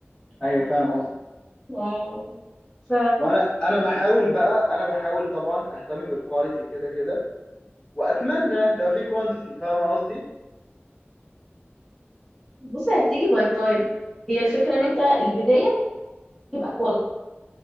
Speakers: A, on the left; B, in the centre.
A: ايوه فاهم قصدك
B: واو. ف...
A: وانا انا بحاول بقى انا بحاول طبعا اهتم بالكواليتي كده كده واتمنى لو في كوانتيتي فاهمه قصدي
B: بص هتيجي باي تايم هي الفكره ان انت البدايه تبقى كواليتي